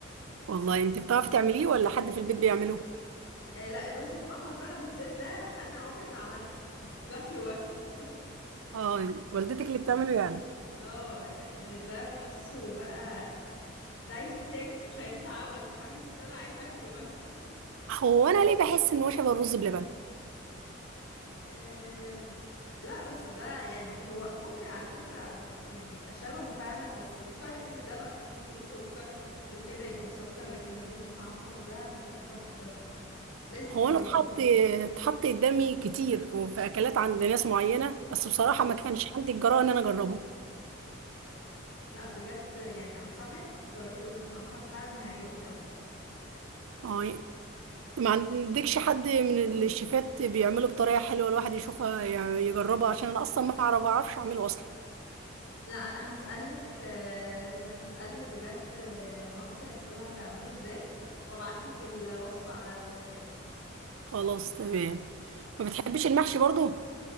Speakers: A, on the right (about 85°); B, on the left (about 80°).
A: والله انت بتعرفي تعمليه ولا حد في البيت بيعمله
B: آه لا الرز المعمر بقى بالذات ده انا عمري ما عملته بس باكله بس
A: اه والدتك اللي بتعمله يعني
B: <laughs> اه لان ده بحسه بقى ده عايز يتاكل مش عايز يتعمل بحس ان انا عايزه اكله بس
A: هو انا ليه بحس ان هو شبه الرز بلبن
B: أم، لا بس ده يعني هو ممكن على فكرة على ف... يعني يبقى شبهه فعلا بس الفرق ان ده بقى بيتحط له سكر وكده يبقى مسكر لكن الرز المعمر ده بيبقى تحفة لازم
A: هو
B: تجربيه
A: انا اتحط اتحط قدامي كتير وفي اكلات عند ناس معينة بس بصراحة
B: اه
A: ما كانش عندي الجرأة ان انا اجربه
B: لا بجد يعني انصحك جربي الرز المعمر فعلا هيعجبك قوي
A: اه ما عندكش حد من الشيفات بيعمله بطريقة حلوة الواحد يشوفها يعني يجربها عشان انا اصلا ما اعرف ما اعرفش اعمله اصلا
B: لا انا هسألك آه، هسألك بجد آه، مامتي هسألها بتعمله ازاي وابعتلك الوصفة على الواتساب
A: خلاص تمام ما بتحبش المحشي برضو